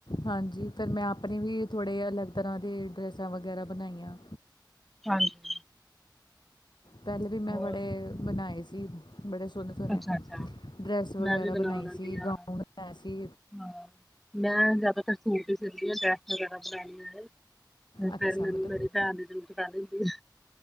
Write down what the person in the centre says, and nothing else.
ਹਾਂਜੀ।
ਹੋਰ
ਅੱਛਾ ਅੱਛਾ
ਮੈਂ ਵੀ
ਬਣਾ ਲੈਂਦੀ
ਹਾਂ
ਹਾਂ, ਮੈਂ ਜ਼ਿਆਦਾਤਰ ਸੂਟ ਵੀ ਸਿਲਦੀ ਆ, ਡਰੈਸਾ ਵਗੈਰਾ ਬਣਾਈਆਂ ਨੇ।
ਫੇਰ ਮੈਨੂੰ
ਮੇਰੀ ਭੈਣ ਦੀ ਜ਼ਰੂਰਤ ਪੈ ਜਾਂਦੀ ਐ।